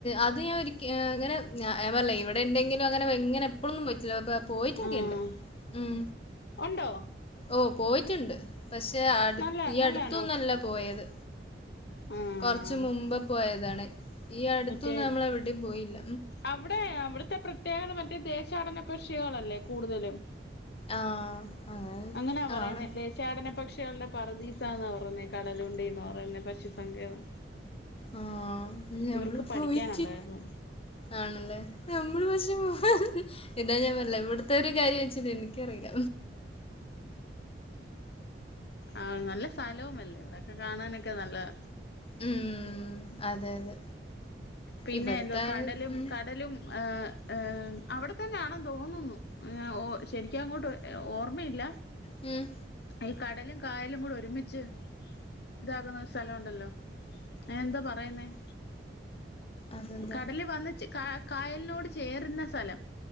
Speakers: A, on the left; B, on the left.
A: അത് ഞാൻ ഒരിക്ക ഇങ്ങനെ ഞാൻ പറയല്ല ഇവിടെ എന്തെങ്കിലും അങ്ങനെ എങ്ങനെ ഇപ്പോഴൊന്നും പറ്റില്ലോ അപ്പ പോയിട്ടൊക്കെുണ്ട്
B: ആഹ്
A: ഉം
B: ഉണ്ടോ
A: ഓ പോയിട്ടുണ്ട് പക്ഷേ അടു
B: നല്ല
A: ഈ
B: നല്ലാണോ
A: അടുത്തൊന്നല്ല പോയത്
B: ആഹ്
A: കുറച്ച് മുമ്പ് പോയതാണ് ഈ അടുത്തൊന്നും
B: മറ്റേ
A: നമ്മള് എവിടെേയും പോയില്ല
B: അവിടെ അവിടുത്തെ പ്രത്യേകത മറ്റേ ദേശാടന പക്ഷികളല്ലേ കൂടുതലും
A: ആ. അങ്ങനെ
B: അങ്ങനാ പറയുന്നെ
A: ആണ്.
B: ദേശ ദേശാടന പക്ഷികളുടെ പറുദീസന്ന് പറയഞ്ഞേ കടലുണ്ടിന്ന് പറയുന്നെ പക്ഷി സങ്കേതം
A: ആ നമ്മള്
B: ഇവർക്ക് പഠിക്കാനുണ്ടായിരുന്നു
A: പോയിട്ടി ആണല്ലേ നമ്മള് പക്ഷേ പോ ഇതാ ഞാൻ പറഞ്ഞില്ല ഇവിടുത്തെ ഒരു കാര്യം വെച്ചേ എനിക്കറിയില്ല
B: ആ നല്ല സ്ഥലവല്ലേ ഇവിടെക്കെ കാണാനൊക്കെ നല്ലത
A: ഉം അതെ അതെ
B: പിന്നെ
A: ഇവിടത്തെ
B: എന്തോ
A: ആള്
B: കടലും
A: ഉം
B: കടലും ഏഹ് ഏഹ് അവിടെ തന്നെ ആണന് തോന്നുന്നു ശരിക്കും അങ്ങോട്ട് ഓർമ്മയില്ല
A: ഉം
B: ഈ കടലും കായലും കൂടെ ഒരുമിച്ച് ഇതകുന്ന സ്ഥലമുണ്ടല്ലോ അയ്ന് എന്താ പറയുന്നത്
A: അതെന്താ
B: കടല് വന്ന് ചേ കാ കായലിനോട് ചേരുന്ന സ്ഥലം